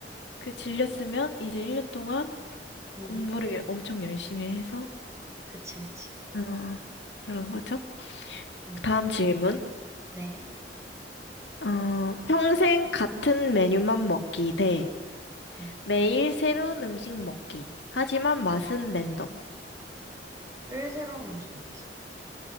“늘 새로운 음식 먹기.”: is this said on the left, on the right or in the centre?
Right